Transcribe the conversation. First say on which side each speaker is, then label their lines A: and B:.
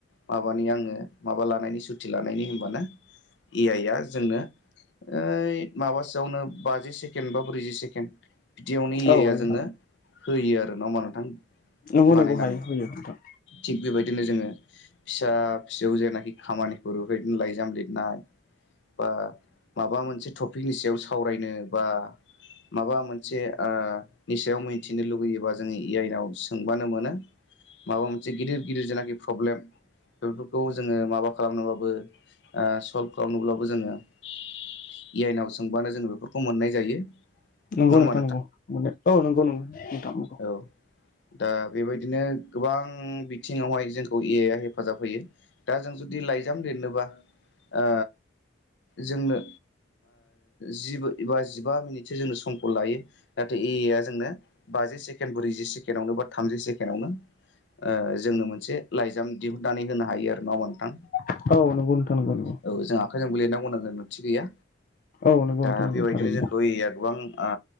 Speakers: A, on the left; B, on the left.
A: माबानि आङो माबा लानायनि सुथि लानायनि होनबानो ए आइ आ जोंनो ओइत माबा सोयावनो बाजि सेकेण्ड बा ब्रैजि सेकेणड बिदियावनो ए
B: औ
A: आय आ
B: नंगौ
A: जोंनो होयो आरो नामा नोंथां।
B: नंगौ
A: बानायनानै
B: नंगौ हायो होयो नोंथां।
A: थिग बेबायदिनो जोङो फिसा फिसौ जेनाखि खामानिखौ बेफोरदिनो लाइजाम लिरनाय बा माबा मोनसे टपिकनि सायाव सावरायनो बा माबा मोनसे ओ नि सायाव मै मिथिनो लुगैयोबा जोङो ए आइनाव सोंबानो मोनो। माबा मोनसे गिदिर गिदिर जेनाखि प्रब्लेम बेफोरखौ जोङो माबा खालामनोबाबो सल्भ खालामनोब्लाबो जोङो ए आइ नाव सोंबानो जों बेफोरखौ मोननाय जायो।
B: नंगौ
A: नङा होमबा
B: नोंथां नंगौ औ नंगौ नगौ नोंथां नगौ।
A: औ दा बेबायदिनो गोबां बिथिङावहाय जोंखौ ए आइआ हेफाजाब होयो दा जों जु जुदि लाइजाम लिरनोबा ओ जोंनो जि ओ जि बा जिबा मिनिटसो जोंनो समखौ लायो नाथाय ए आइ जोंनो बाजि सेकेण्ड ब्रैजि सेकेण्डआवनो बा थामजि सेकेण्डवनो ओ जोंनो मोनसे लाइजाम दिहुननानै होनो हायो आरो नङा होमबा नोंथां।
B: औ नंगौ नोंथां नंगौ नंगौ
A: औ जों आखाइजोंबो लिरनांगौ जों गोनांथि गैया।
B: औ नंगौ
A: दा
B: नोंथां नंगौ
A: बेबायदिनो
B: थारैनो
A: जोंखौ ए आइया गोबां ओ